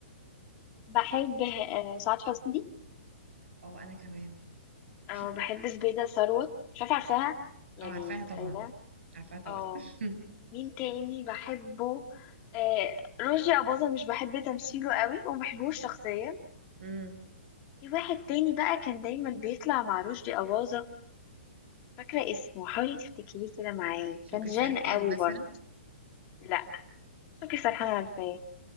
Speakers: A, on the left; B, on the right.
A: بحب آه، سعاد حسني
B: اه انا كمان
A: اه
B: بحس
A: بحب زبيده ثروت مش عارفه عارفاها يعني
B: اه عارفاها
A: متخيله
B: طبعا عارفاها طبعا
A: اه
B: <laughs>
A: مين تاني بحبه آه، رشدي اباظه مش بحب تمثيله قوي وما بحبوش شخصيا
B: امم
A: في واحد تاني بقى كان دايما بيطلع مع رشدي اباظه فاكره اسمه حاولي تفتكريه كده معايا
B: شكري
A: كان جان
B: سرحان
A: قوي
B: مثلا
A: برضه لا مش فاكر سرحانة ولا ايه